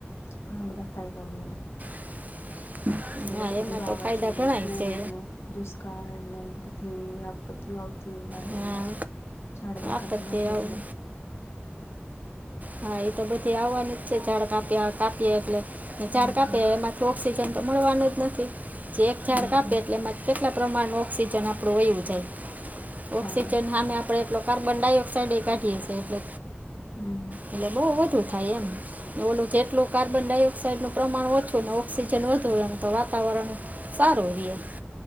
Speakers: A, on the left (about 85°); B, on the right (about 40°).
A: ઘણાં બધાં ફાયદા હોય એના.
B: <inaudible> હા
A: એટલે તો પછી
B: એમાં
A: વાવાઝોડું
B: ફાયદા ઘણાય
A: ન પૂરને
B: છે
A: દુષ્કાળ ને બધી એવી આપત્તિઓ આવતી હોય વારંવાર.
B: હા
A: ઝાડવા
B: આપત્તિ
A: કાપી નાખો
B: આવ-
A: એટલે.
B: હા, એ તો બધે આવવાનું જ છે ઝાડ કાપ્યા કાપ્યે એટલે
A: હમ
B: ઝાડ કાપે
A: હમ
B: એમાં ઓક્સિજન તો મળવાનું જ નથી જે એક
A: હમ
B: ઝાડ કાપે
A: હમ
B: એટલે એમાંથી કેટલા પ્રમાણમાં ઓક્સિજન આપણું વયુ જાય ઑક્સિજન
A: હા
B: હામે આપણે એટલો કાર્બન ડાયોક્સાઈડએ કાઢીએ છે એટલે
A: હમ્મ.
B: એટલે બોવ વધુ થાય એમ. ઓલું જેટલું કાર્બન ડાયોક્સાઈડનું પ્રમાણ ઓછું ને ઓક્સિજન વધુ એમ તો વાતાવરણ સારું રીયે.